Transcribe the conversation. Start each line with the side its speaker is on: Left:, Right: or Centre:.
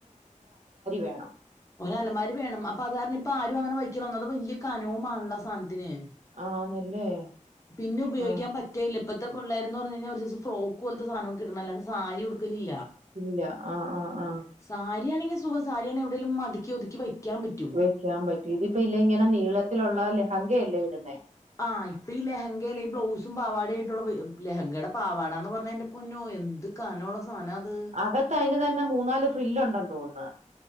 Right: വേണം
Left: അലമാരി വേണം അപ്പൊ അതാരണം ഇപ്പ ആരും അങ്ങനെ വെകി അത് വല്യേകനവുമാണല്ലോ ത്തിനെ
Right: ആന്നല്ലേ
Left: പിന്നെ ഉപയോഗിക്കാൻ
Right: ആഹ്
Left: പറ്റ്കേല ഇപ്പത്തെ പിള്ളേര്ന്ന് പറഞ്ഞുകഴിഞ്ഞാ ഒരു സൈസ് ഫ്രോക്ക് പോലത്തെ സാധനാ ഇട്ണേ അല്ലാതെ സാരി ഉട്ക്കലില്ല.
Right: ഇല്ല ങാ ങാ ങാ
Left: സാരിയാണെങ്കിൽ സുഖാ സാരിയാണെ എവിടേലും മടക്കി ഒതുക്കി പറ്റും
Right: വെക്കാൻ പറ്റും ഇതിപ്പോ ഇല്ല ഇങ്ങനെ നീളത്തിലുള്ള ലഹങ്കയല്ലേ ന്നെ
Left: ആഹ് ഇപ്പൊ ഈ ലെഹങ്ക അല്ലേ ഈ ബ്ലൗസും പാവാടായിട്ടുള്ള ലെഹങ്കയുടെ പാവാടാന്ന് പറഞ്ഞ എന്റെ പൊന്നോ എന്ത് കനാ സാനാത്
Right: അകത്ത് അയിന് തന്നെ മൂന്നാല് ഫ്രില്ലുണ്ടെന്ന് തോന്ന്ന്നു